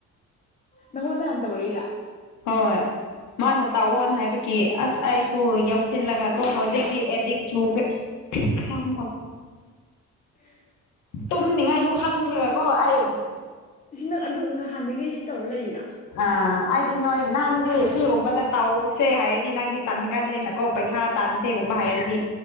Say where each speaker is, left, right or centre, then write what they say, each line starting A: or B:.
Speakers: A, on the left; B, on the left.
A: ꯅꯪ ꯍꯣꯗ ꯑ ꯇ ꯋꯥ ꯋꯥꯔꯤꯔꯥ
B: ꯍꯣꯏ ꯃꯥꯅ ꯇꯥꯛꯑꯣꯅ ꯍꯥꯏꯕꯒꯤ ꯑꯁ ꯑꯩꯁꯨ ꯌꯥꯧꯁꯤꯜꯂꯒ ꯀꯣ ꯍꯧꯖꯤꯛꯇꯤ ꯑꯦꯗꯤꯛ ꯆꯨꯈ꯭ꯔꯦ ꯊ ꯈꯔꯝ
A: ꯑꯣ
B: ꯇꯨꯝꯅꯤꯉꯥꯏꯁꯨ ꯈꯪꯗ꯭ꯔꯒ ꯀꯣ ꯑꯩ
A: ꯁꯤ ꯅꯪ ꯑꯗꯨꯝ ꯅꯍꯥꯟꯗꯒꯤ ꯁꯤ ꯇꯧꯔ ꯂꯩꯔꯥ
B: ꯑ ꯍꯥꯏꯗꯤ ꯅꯣꯏ ꯅꯪꯗꯤ
A: ꯄꯦꯝꯃ
B: ꯁꯤꯒꯨꯝꯕꯗ ꯇꯥꯎꯁꯦ ꯍꯥꯏꯗꯤ ꯅꯪꯗꯤ ꯇꯟꯒꯂꯅꯀꯣ ꯄꯩꯁꯥ ꯇꯥꯟꯁꯦꯒꯨꯝꯕ ꯍꯥꯏꯔꯗꯤ